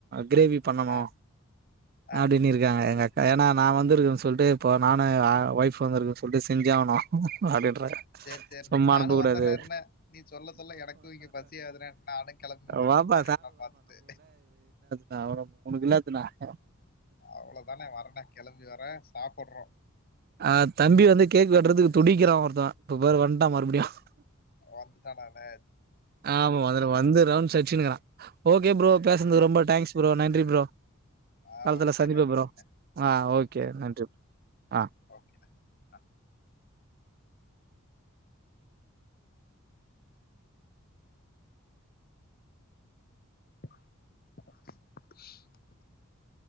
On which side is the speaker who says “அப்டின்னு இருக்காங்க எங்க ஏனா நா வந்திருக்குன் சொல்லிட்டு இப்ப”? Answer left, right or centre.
Right